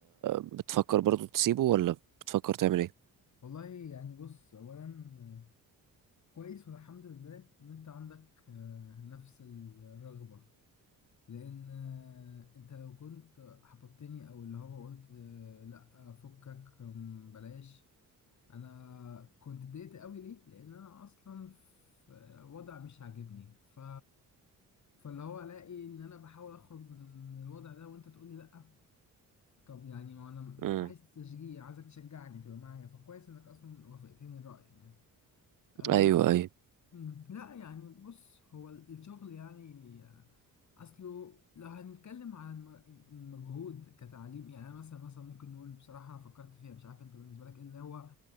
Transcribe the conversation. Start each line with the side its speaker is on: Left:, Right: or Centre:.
Right: بتفكر برضو تسيبه ولا بتفكر تعمل ايه
Left: والله يعني بص اولا آه، كويس والحمد لله ان انت عندك آه، نفس الرغبة لان آه، انت لو كنت حبطتني او اللي هو قلت آه، لا فكك أم، بلاش انا كنت اتضايقت قوي ليه لان انا اصلا في وضع مش عاجبني ف فاللي هو الاقي ان انا بحاول اخرج من من الوضع ده وانت تقول لي لا طب يعني ما انا
Right: امم
Left: عايز تشجيع عايزك تشجعني تبقى معايا فكويس انك اصلا وافقتني الرأي يعني آه،
Right: ايوه ايوه
Left: مم، لا يعني بص هو الشغل يعني آه، اصله لو هنتكلم عن الم- المجهود كتعليم يعني انا مثلا مثلا ممكن نقول بصراحه انا فكرت فيها مش عارف انت بالنسبه لك ايه اللي هو